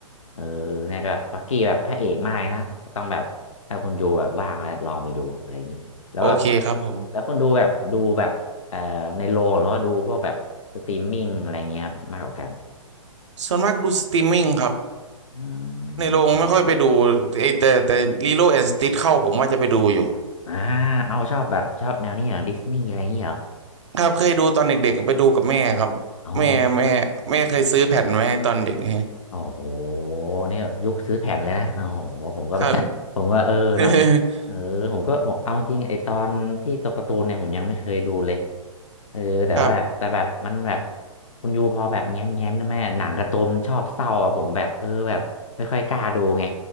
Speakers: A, on the left; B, on the right.
A: เออเนี่ยแบบปักกี้แบบพระเอกมากเลยนะต้องแบบถ้าคุณดูแบบว่างแล้วลองไปดูอะไรอย่างนี้แล้วก็
B: โอเคครับผม
A: แล้วคุณดูแบบดูแบบเอ่อในโรงหรือว่าดูพวกแบบสตรีมมิ่งอะไรอย่างเงี้ยครับมากกว่ากัน
B: ส่วนมากดูสตรีมมิ่งครับ
A: อื
B: ในโรงไม่ค่อยไปดู
A: ม
B: ไอแต่แต่ลีโลแอนด์สติทเข้าผมว่าจะไปดูอยู่
A: อ่าเอาชอบแบบชอบแนวนี้เหรอดิสนีย์อะไรอย่างเงี้ยเหรอ
B: ครับเคยดูตอนเด็กๆไปดูกับแม่ครับแม่แม่แม่เคยซื้อแผ่นไว้ให้ตอนเด็กนะ
A: อ๋อ โอ้โหเนี่ยยุคซื้อแผ่นเลยนะโอ้โหผมก็แบบ
B: ครับ
A: <laughs> ผมก็เออเนาะ
B: <laughs>
A: เออผมก็บอกเอาจริงไอตอนที่ตัวการ์ตูนเนี่ยผมยังไม่เคยดูเลยเออแต่ว่าแบบแต่แบบมันแบบ
B: ครับ
A: คุณยูพอแบบแง้มแง้มนะแม่หนังการ์ตูนมันชอบเศร้าอะผมแบบเออแบบไม่ค่อยกล้าดูไง